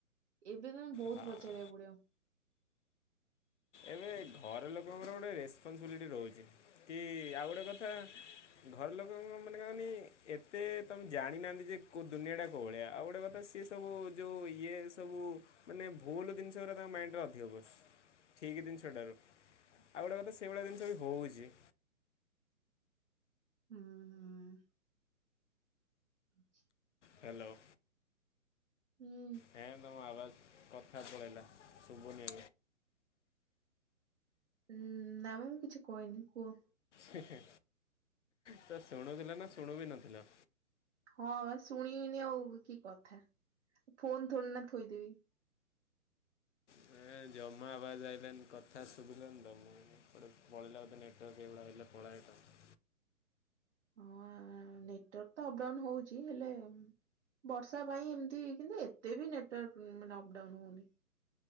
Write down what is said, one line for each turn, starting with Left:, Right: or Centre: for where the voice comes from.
Right: ଏବେ ତ ତମେ ବହୁତ
Left: ହଁ
Right: ପଚାରକୁ ପଡିବ।
Left: ଏବେ ଘର ଲୋକଙ୍କର ଗୋଟେ ରେସପନସିବିଲିଟି ରହୁଛି। କି ଆଉ ଗୋଟେ କଥା ଘର ଲୋକଙ୍କ ମାନେ କହନି ଏତେ ତମେ ଜାଣିନାହାନ୍ତି ଯେ କୋଉ ଦୁନିଆ ଟା କୋଉ ଭଳିଆ ଆଉ ଗୋଟେ କଥା ସେ ସି ସବୁ ଯେଉଁ ଇଏ ସବୁ ମାନେ ଭୁଲ ଜିନିଷ ଗୁଡ଼ା ତାଙ୍କ ମାଇଣ୍ଡରେ ଅଧିକ ବସ୍ ଠିକ ଜିନିଷଟାରୁ ଆଉ ଗୋଟେ କଥା ସେଇଭଳିଆ ଜିନିଷ ବି ହଉଛି
Right: ହୁଁ ହୁଁ।
Left: ହ୍ୟାଲୋ।
Right: ହୁଁ।
Left: ନାଇଁ ତମ ଆବାଜକୁ <unintelligible> ଠିକ୍ ଠାକ୍ ପଳାଇଲା ଶୁଭୁନି
Right: ଉୁଁ ନାମ ମୁ କିଛି କହିନୀ କୁହ?
Left: ହି ହିଁ ତ ଶୁଣୁଥିଲ ନା ଶୁଣୁ ବି ନଥିଲ?
Right: ହଁ ବା ଶୁଣିବିନି ଆଉ କି କଥା ଫୋନ ଥୋଡି ନା ଥୋଇଦେବି।
Left: ହୁଁ। ଜମା ଆବାଜ ଆଇିଲାନି କଥା ଶୁଭିଲାନି ତ ମୁଁ ଗୋଟେ ପଳେଇଲା ବୋଧେ ନେଟୱାର୍କ ଏଇଭଳିଆ ହେଲେ ପଳାଏ ହମ୍ମ
Right: ହଁ ନେଟୱାର୍କ ତ ଅପଡାଉନ୍ ହଉଛି ହେଲେ ବର୍ଷା ପାଇଁ ଏମିତି କିନ୍ତୁ ଏତେ ବି ନେଟୱାର୍କ ମାନେ ଅପଡାଉନ ହଉନି।